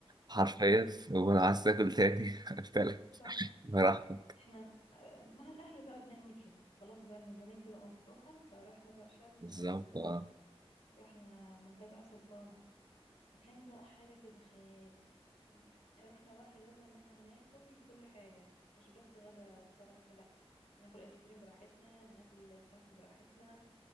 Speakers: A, on the right; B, on the left.
A: حرفيا
B: بالظبط
A: ولو عايز تاكل تاني <laughs> تالت
B: صح
A: براحتك
B: احنا آه، مع الأهل بقى بنعمل كده خلاص بقى الميزانية بتبقى مفتوحة فرحنا بقى شرم
A: بالظبط
B: رحنا
A: اه
B: رحنا منتجع سلطانة فكان بقى حاجة كده خيال رحنا بقى حجزنا ان احنا هناكل كل حاجة مش بس غدا وفطار عشاء لا هناكل ايس كريم براحتنا هناكل سناكس براحتنا